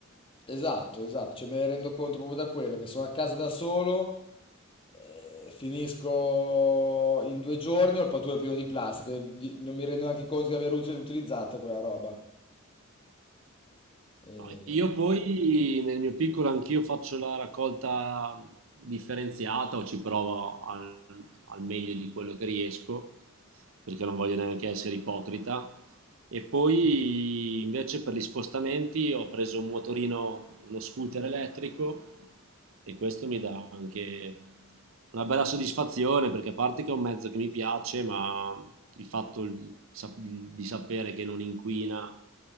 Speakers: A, on the left; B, on the right.
A: Esatto, esatto, cioè me ne rendo conto proprio da quello, che sono a casa da solo, eh, finisco in due giorni, ho il pattume pieno di plastica, di- non mi rendo neanche conto di aver ut- utilizzato quella roba. Eh,
B: No, Io poi nel mio piccolo anch'io faccio la raccolta differenziata o ci provo al, al meglio di quello che riesco, perché non voglio neanche essere ipocrita. E poi invece per gli spostamenti ho preso un motorino, uno scooter elettrico e questo mi dà anche una bella soddisfazione perché a parte che è un mezzo che mi piace, ma il fatto il- sa- di sapere che non inquina